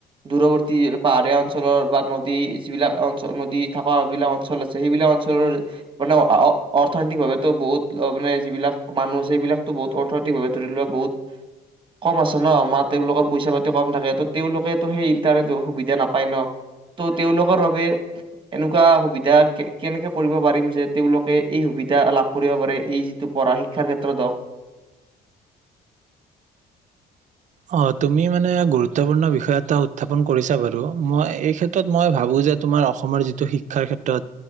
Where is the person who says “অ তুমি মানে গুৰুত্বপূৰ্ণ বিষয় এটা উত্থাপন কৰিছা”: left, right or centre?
Right